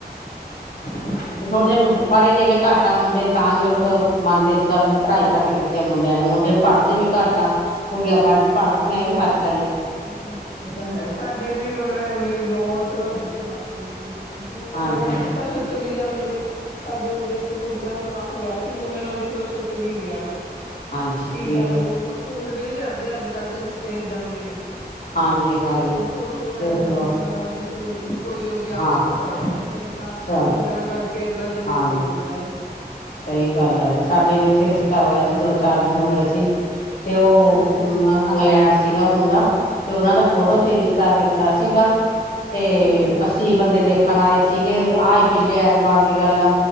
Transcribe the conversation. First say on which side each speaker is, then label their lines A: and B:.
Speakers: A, on the left; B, on the left.
A: ਹਾਂਜੀ
B: ਤੇ
A: ਹਾਂ
B: ਥੋੜੇ ਜਿਹੇ
A: ਇਹ ਤਾਂ ਹੈ
B: ਪੜ੍ਹੇ ਲਿਖੇ ਘੱਟ ਆ ਮੁੰਡੇ ਤਾਂ ਨੀ ਲੋਕ ਮੰਨਦੇ, ਇਸ ਗੱਲ ਨੂੰ ਵੀ ਪੜ੍ਹਾਈ ਘੱਟ ਕੀਤੀ ਆ, ਮੁੰਡਿਆਂ ਨੇ ਮੁੰਡੇ ਪੜ੍ਹਦੇ ਵੀ ਘੱਟ ਆ ਕੁੜੀਆਂ ਵੱਧ ਪੜ੍ਹਦੀਆਂ ਵੀ ਫਰਕ।
A: ਹਾਂਜੀ ਹਾਂ ਇਹ ਤਾਂ ਹੈ, ਸਾਡੇ ਵੀ ਮਤਲਬ ਐਵੇਂ ਬਹੁਤ ਕੁਵਾਰੀ ਨੇ। ਜਿਵੇਂ
B: ਹਾਂਜੀ
A: ਹੈ, ਹੁਣ
B: ਹਾਂ,
A: ਤਾਂ ਛੁੱਟ ਹੀ ਜਾਂਦੇ ਨੇ। ਸਾਡੇ ਉਦੇ ਇੱਕ ਕੁੜੀ ਦਾ ਹੁਣ ਹੋਇਆ ਸੀ, ਮੰਗਣਾ ਉਹ ਦੇਖਲੋ ਛੁੱਟ ਵੀ ਗਿਆ।
B: ਹਾਂਜੀ
A: ਕੀ
B: ਫਿਰ
A: ਕਰਲੋ ਗੀ ਪੂਰ ਵੀ ਨਹੀਂ ਚੜ੍ਹਦੇ ਅੱਜ-ਕੱਲ੍ਹ ਤਾਂ ਰਿਸ਼ਤੇ ਏਦਾਂ ਦੇ ਨੇ।
B: ਹਾਂਜੀ, ਹਾਂਜੀ।
A: ਕੋਈ ਉਹ ਐ
B: ਦੇਖ
A: ਹੁੰਦਾ
B: ਲਓ
A: ਵੀ, ਹਾਂ ਬਸ ਵੀ ਕੋਈ ਉਹ ਵਿਆਹ
B: ਹਾਂ
A: ਤੱਕ ਪਹੁੰਚਦਾ ਨਹੀਂ ਤਾਂ
B: ਅੱਛਾ
A: ਮੰਗਣਾ, ਕਰਕੇ ਅਗਲਾ ਜਦੇ
B: ਹਾਂਜੀ
A: ਤੋੜ ਦਿੰਦਾ ਏ।
B: ਸਹੀ ਗੱਲ ਆ ਜੀ, ਸਾਡੇ ਵੀ ਇੱਥੇ ਰਿਸ਼ਤਾ ਹੋਇਆ ਸੀ ਦੋ ਚਾਰ ਦਿਨ ਹੋਏ ਸੀ, ਤੇ ਉਹ
A: ਅੱਛਾ ਜੀ
B: ਇੰਗਲੈਂਡ ਸੀਗਾ ਮੁੰਡਾ। ਤੇ ਉਹਨਾਂ ਦਾ ਫੋਟੋ
A: ਅੱਛਾ
B: ਤੇ ਰਿਸ਼ਤਾ ਕੀਤਾ ਸੀਗਾ ਤੇ
A: ਠੀਕ ਹੈ ਜੀ
B: ਅਸੀਂ ਬੰਦੇ ਦੇਖਣ ਆਏ ਸੀਗੇ, ਆ ਹੀ ਪਿਛਲੇ ਐਤਵਾਰ ਦੀ ਗੱਲ ਆ